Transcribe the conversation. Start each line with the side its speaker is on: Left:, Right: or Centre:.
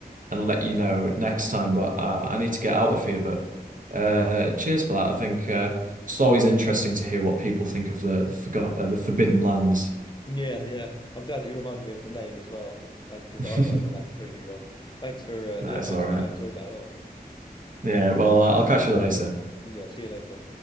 Right: and let you know next time, but uh, I need to get out of here, but uh cheers for that. I think uh it's always interesting to hear what people think of the the forgot uh, the Forbidden Lands.
Left: Yeah, yeah. I'm glad that you reminded me of the name as well, um, because
Right: <laughs>
Left: I, I got that completely wrong. Thanks for uh,
Right: That's
Left: yeah, thanks
Right: all
Left: for
Right: right.
Left: that. I enjoyed that a lot.
Right: Yeah, well, uh, I'll catch you later.
Left: Yeah, see you later.